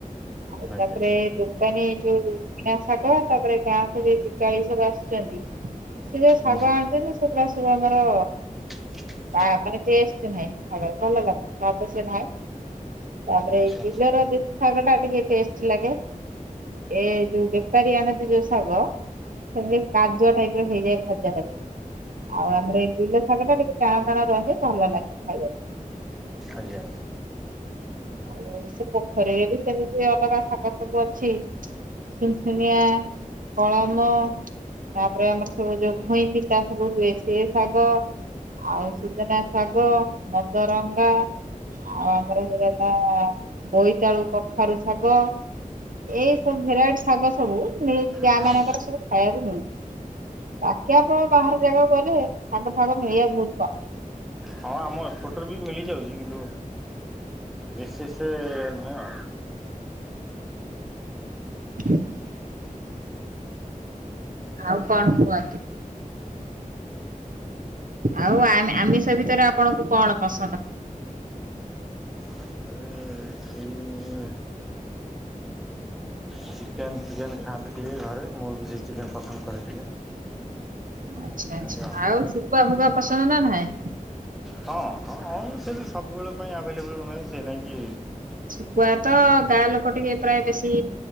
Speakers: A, on the right; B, in the centre.
A: ଆଉ
B: ଆଜ୍ଞା
A: ତାପରେ ଦୋ ତାକେ ଯୋଉ କିଣା ଶାଗ ତାପରେ ଗାଁ କୁ ଯେଇ ବିକାଳି ସବୁ ଆସୁଛନ୍ତି ସେ ଯୋଉ ଶାଗ
B: ଆଜ୍ଞା
A: ଆଣିଛନ୍ତି ସେଗୁଡା ସବୁ ଆମର
B: <inaudible>
A: ଆ ମାନେ ଟେଷ୍ଟ ନାହିଁ ଖାଇବାର ଭଲ ଲାଗୁନି ତାପରେ ସେ ନାହିଁ। ତା ପରେ
B: ଆଚ୍ଛା
A: ଏଇ ବିଲର ଦେଶୀ ଶାଗ ଟା ଟିକେ ଟେଷ୍ଟ ଲାଗେ ଏ ଯୋଉ ବେପାରୀ ଆଣନ୍ ଯୋଉ ଶାଗ ସେମି କାଦୁଅ ଟାଇପ ର ହେଇଯାଏ ଭଜାରେ ଆଉ ଆମର ଏଇ ବିଲ ଶାଗ ଟା ଟିକେ ଟାଣ ଟାଣ ରହେ ଭଲ ଲାଗେ ଖାଇବା
B: ଆଜ୍ଞା।
A: ଆଉ ଏଇ ସେ ପୋଖରୀରେ ବି ସେମିତି ଅଲଗା ଶାଗ ସବୁ ଅଛି ସୁନ ସୁନିଆ, କଳମ ତା ପରେ ଆମର ସବୁ ଯୋଉ ଭୁଇଁ ପିତା ସବୁ ହୁଏ। ସେ ଶାଗ ଆଉ ସୁଜନା ଶାଗ। ମଦରଙ୍ଗଆ ଆଉ ତା ର ହେଇଗଲା ବୋଇତାଳୁ କଖାରୁ ଶାଗ। ଏଇ ସବୁ ଭେରାଇଟି ଶାଗ ସବୁ ମିଳୁଛି ଗାଁ
B: ହଁ
A: ମାନଙ୍କର ସବୁ ଖାଇବାକୁ ମିଳୁଛି। ବାକି ଆପଣ ବାହାର ଜାଗାକୁ ଗଲେ ସାଗ ଫାଗ ମିଳବା ବହୁତ କଷ୍ଟ।
B: ହଁ, ଆମ ଏପଟରେ ବି ମିଳିଯାଉଛି କିନ୍ତୁ ବିଶେଷ ନୁହେଁ ଆଉ।
A: <unintelligible> ଆଉ କଣ କୁହନ୍ତୁ। ଆଉ ଆମ୍, ଆମ୍, ଆମିଷ ଭିତରେ ଆପଣଙ୍କୁ କଣ ପସନ୍ଦ।
B: ସେଥେରେ ସେଇ। ଚିକେନ ଫିକେନ ଖାଆନ୍ତି ଟିକେ ଘରେ ମୁଁ ବି ସେଇ ଚିକେନ ପସନ୍ଦ କରେ ଟିକେ।
A: ଆଚ୍ଛା ଆଚ୍ଛା
B: ଆଜ୍ଞା
A: ଆଉ ଶୁଖୁଆ ଫୁଖୁଆ ପସନ୍ଦ ନା ନାଇଁ।
B: ହଁ ହଁ ହଁ ସେ ବି ସବୁବେଳେ ପାଇଁ ଆଭେଲେବୁଲ୍ ନୁହେଁ ସେଇ ନାଗି।
A: ଶୁକୁଆ ତ ଗାଁ ଲୋକ ଟିକେ ପ୍ରାୟ ବେଶୀ